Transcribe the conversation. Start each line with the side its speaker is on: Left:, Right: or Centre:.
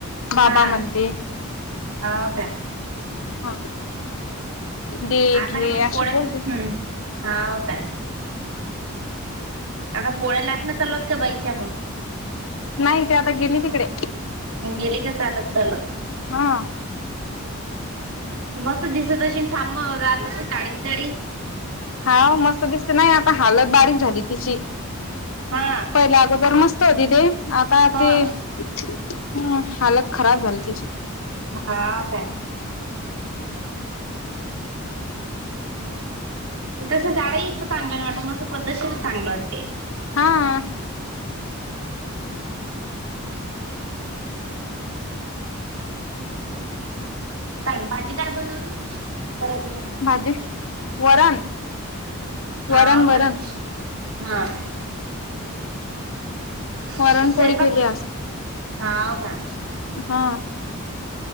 Left: बाबा
Right: हा
Left: म्हणते
Right: हो काय
Left: हा दे घे
Right: आता का मग
Left: अस
Right: पोळ्या
Left: बोलते
Right: हम्म हा काय आता पोळ्या लाटणं चालत का बाईच्या मग
Left: नाही ते आता गेली तिकडे.
Right: गेली का चालत चालत.
Left: हा
Right: मस्त दिस तशी ांम राातशी डाळीत जाडी.
Left: हा मस्त दिसते नाही आता हालत बारीक झाली तिची
Right: हा
Left: पहिला अगोदर मस्त होती ते आता
Right: हा
Left: ते ह हालत खराब झाली तची
Right: हां का? तसं झाडंही इथलं चांगलं वाटतं मसं पद्धशर चांगलं वाटते.
Left: हा.
Right: सांग भाजी काय बनवली करायचं नाही.
Left: भाजी वरण वरण
Right: हाव
Left: वरण
Right: का हा स्वेपाक
Left: वरण पोळी केली आज
Right: हा का?
Left: हा.